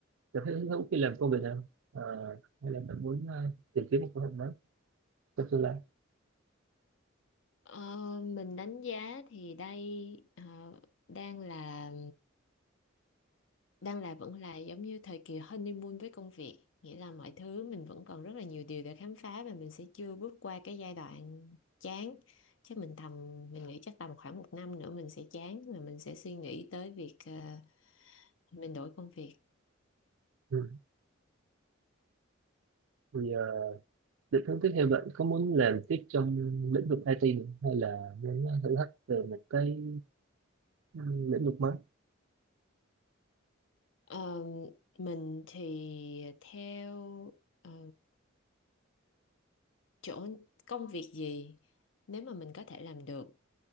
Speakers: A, on the right; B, on the left.
A: cảm thấy hứng thú khi làm công việc nào Ờ, hay là bạn muốn ờ, tìm kiếm một công việc mới trong tương lai
B: Ờ, mình đánh giá thì đây ờ, đang là đang là vẫn là giống như thời kỳ honeymoon với công việc nghĩa là mọi thứ mình vẫn còn rất là nhiều điều để khám phá và mình sẽ chưa bước qua cái giai đoạn chán chắc mình tầm mình nghĩ chắc tầm khoảng một năm nữa mình sẽ chán và mình sẽ suy nghĩ tới việc ờ, mình đổi công việc
A: ừ. thì ờ, định hướng tiếp theo bạn có muốn làm tiếp trong lĩnh vực IT nữa, hay là muốn ờ, thử thách về một cái ừ, lĩnh vực mới
B: Ờ, mình thì theo ờ, chỗ công việc gì nếu mà mình có thể làm được